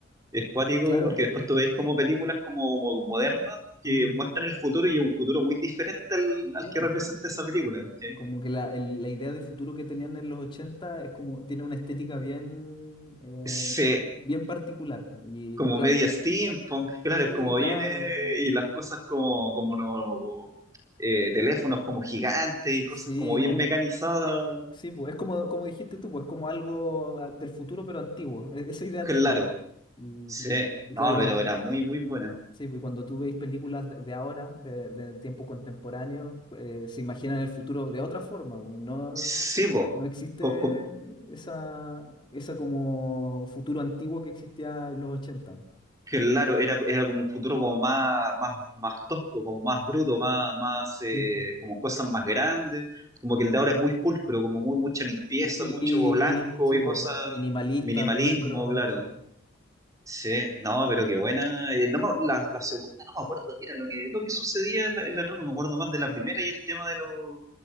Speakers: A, on the right; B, on the left.
A: es cuático
B: Claro,
A: porque
B: eh,
A: después tú veis como películas como, mo- modernas que
B: mm,
A: muestran el futuro y un futuro muy diferente al, al
B: sí,
A: que
B: pues.
A: representa esa película. ¿cachai?
B: Como que la, el- la idea de futuro que tenían en los 80 es como, tiene una estética bien, eh,
A: Se,
B: bien particular. Y
A: como
B: claro
A: media steampunk, claro,
B: sí,
A: es como
B: claro,
A: viene y las cosas como, como no, eh, teléfonos como gigantes y cosas
B: sí,
A: como bien
B: como,
A: mecanizadas.
B: es- sí, pues, es como, como dijiste tú, pues como algo ah, del futuro pero antiguo. E- esa idea
A: Claro,
B: tienen. Y,
A: sí,
B: y y
A: no,
B: claro, y cuando,
A: pero era muy, muy buena.
B: sí, pues, y cuando tú veis películas de, de ahora, de, de tiempo contemporáneo, eh, se imaginan el futuro de otra forma, pues, no,
A: Sí, po.
B: No existe
A: Com- com-
B: esa, esa como futuro antiguo que existía en los ochenta
A: Claro, era, era como un futuro como más, más, más tosco, como más bruto, más, más eh,
B: Sí, po.
A: como cosas más grandes, como que el de ahora es muy pulcro, como muy, mucha limpieza,
B: Muy
A: mucho blanco
B: mini- sí,
A: y
B: po,
A: cosas,
B: Minimalista,
A: minimalismo,
B: pulcro,
A: claro.
B: sí.
A: Sí, no, pero qué buena. Eh, no me- la, la segunda no me acuerdo qué era lo que, lo que sucedía en la, en la trama, me acuerdo más de la primera y el tema de los,